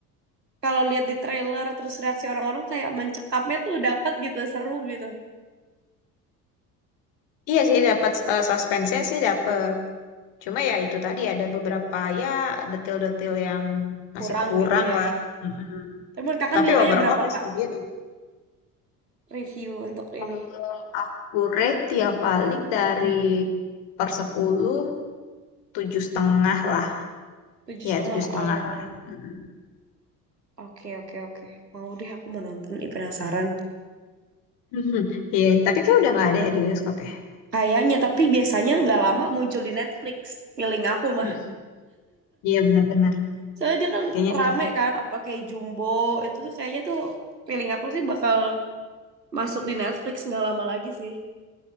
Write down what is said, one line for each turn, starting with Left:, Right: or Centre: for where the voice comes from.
Right: kalau lihat di trailer terus reaksi orang-orang kayak mencekapnya tuh dapat gitu, seru gitu.
Left: Iya sih, dapat eh, suspense-nya sih dapat. Cuma ya itu tadi ada beberapa ya detail-detail yang masih
Right: kurang
Left: kurang
Right: gitu ya.
Left: lah. Mm-mm.
Right: Tapi menurut kakak
Left: Tapi
Right: nilainya
Left: overall
Right: berapa kak?
Left: story-nya bagus.
Right: Review untuk ini
Left: Eh, Aku rate ya paling dari per 10 tujuh setengah lah
Right: tujuh
Left: ya
Right: setengah.
Left: tujuh setengah
Right: Oh,
Left: lah Mm-mm.
Right: oke oke oke. Mau deh aku mau nonton. Ih, penasaran.
Left: Mhm. Iya, tapi kayak udah nggak ada ya di bioskop ya.
Right: Kayaknya tapi biasanya nggak lama muncul di Netflix. Feeling aku mah.
Left: Mm-mm. Iya benar-benar.
Right: Soalnya dia kan
Left: Kayaknya
Right: rame
Left: sih.
Right: kan. Apa kayak Jumbo itu tuh kayaknya tuh feeling aku sih bakal masuk di Netflix nggak lama lagi sih.